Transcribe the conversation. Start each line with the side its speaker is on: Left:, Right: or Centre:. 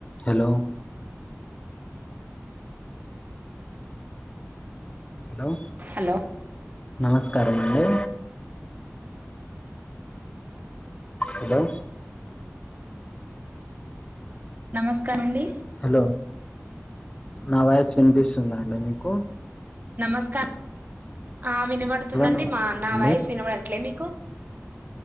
Left: హలో హలో
Right: హలో
Left: నమస్కారమండి హలో
Right: నమస్కారం అండి
Left: హలో నా వయస్ వినిపిస్తుందా అండి మీకు
Right: నమస్కారం ఆ వినబడుతుందండి
Left: హలో నమస్తే
Right: మా నా వాయిస్ వినబడట్లే మీకు